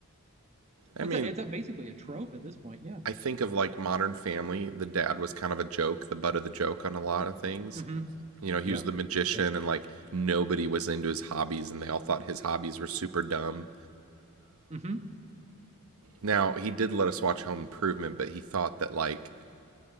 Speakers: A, on the right; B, on the right.
A: I
B: It's
A: mean,
B: a, it's a basically a trope at this point. Yeah.
A: I think of like Modern Family, the dad was kind of a joke, the butt of the joke on a lot of things.
B: hmm
A: You know, he
B: Yep.
A: was the magician
B: That's
A: and like nobody was into his hobbies and they all thought his hobbies were super dumb.
B: hmm
A: Now, he did let us watch Home Improvement, but he thought that like